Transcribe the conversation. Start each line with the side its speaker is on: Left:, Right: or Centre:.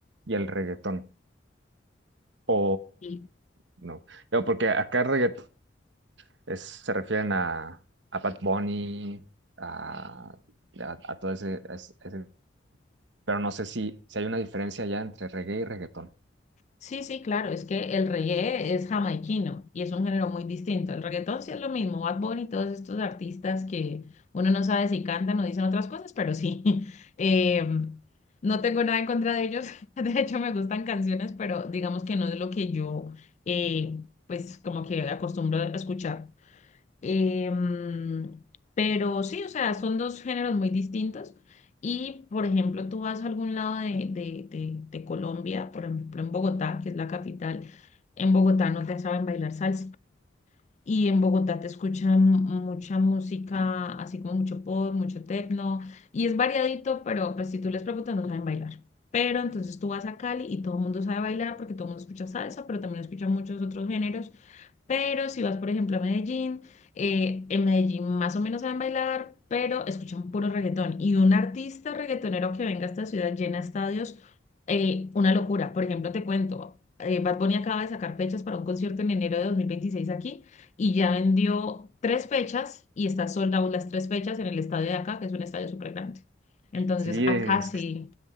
Right: y el reggaetón, o
Left: y-
Right: no, no, porque acá reggaetón es- se refieren a, a Bad Bunny, a, a, a todo ese, a ese ese pero no sé si, si hay una diferencia ya entre reggae y reggaetón.
Left: sí, sí, claro, es que el reggae es jamaiquino y es un género muy distinto. El reggaetón sí es lo mismo, Bad Bunny y todos estos artistas que uno no sabe si cantan o dicen otras cosas, pero sí. <laughs> Eh, no tengo nada en contra de ellos, <laughs> de hecho me gustan canciones, pero digamos que no es lo que yo, eh, pues como que acostumbro a escuchar. Em, pero sí, o sea, son dos géneros muy distintos. Y, por ejemplo, tú vas a algún lado de, de, de, de Colombia, por ejemplo, en Bogotá, que es la capital, en Bogotá no te saben bailar salsa. Y en Bogotá te escuchan mucha música, así como mucho pop, mucho techno. Y es variadito, pero pues si tú les preguntas no saben bailar. Pero entonces tú vas a Cali y todo el mundo sabe bailar porque todo el mundo escucha salsa, pero también escucha muchos otros géneros. Pero si vas, por ejemplo, a Medellín, eh, en Medellín más o menos saben bailar, pero escuchan puro reggaetón. Y un artista reggaetonero que venga a esta ciudad llena estadios, eh, una locura. Por ejemplo, te cuento, eh, Bad Bunny acaba de sacar fechas para un concierto en enero de 2026 aquí y ya vendió tres fechas y está sold out las tres fechas en el estadio de acá, que es un estadio súper grande. Entonces,
Right: Sí,
Left: acá
Right: es,
Left: sí,
Right: que